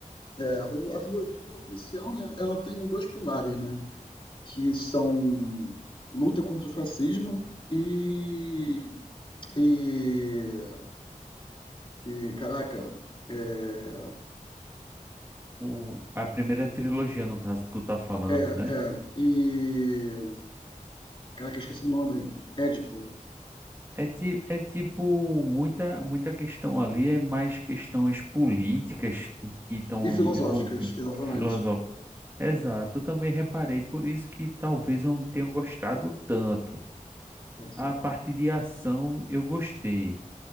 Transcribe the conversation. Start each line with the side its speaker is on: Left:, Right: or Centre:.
Left: É, o- a trilogia oficial, né, ela tem dois pilares, né, que são luta contra o fascismo e, e, e, caraca, é,
Right: O, a primeira trilogia, no caso, que tu tá falando,
Left: é, é,
Right: né?
Left: e, caraca, esqueci o nome, Édipo,
Right: É, ti, é tipo, muita, muita questão ali é mais questões políticas que estão
Left: e filosóficas,
Right: envolvidas,
Left: exatamente,
Right: filosóficas. Exato, eu também reparei, por isso que talvez eu não tenha gostado tanto.
Left: pode
Right: A
Left: ser,
Right: parte de ação eu gostei,